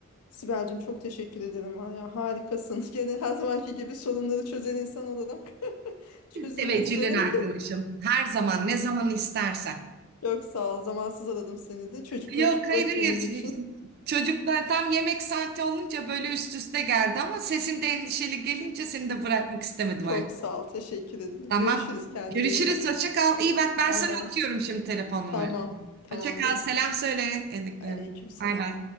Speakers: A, on the left; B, on the right.
A: Sibel'cim çok teşekkür ederim var ya harikasın. <laughs> Gene her zamanki gibi sorunları çözen insan olarak <laughs> çözüm
B: Teveccühlen
A: insanı.
B: arkadaşım. Her zaman ne zaman istersen.
A: Çok sağ ol. Zamansız aradım seni de. Çocukları
B: Yok
A: çok
B: hayır
A: öp
B: hayır.
A: benim
B: Şey,
A: için.
B: Çocuklar tam yemek saati olunca böyle üst üste geldi ama sesin de endişeli gelince seni de bırakmak istemedim
A: Çok sağ ol. Teşekkür ederim.
B: Tamam.
A: Görüşürüz. Kendine
B: Görüşürüz.
A: iyi bak.
B: Hoşça kal. İyi bak ben
A: Bay
B: sana
A: bay.
B: atıyorum şimdi telefon
A: Tamam.
B: numarası.
A: Tamamdır.
B: Hoşça kal. Selam söyle Endik'le.
A: Aleyküm selam.
B: Bay bay.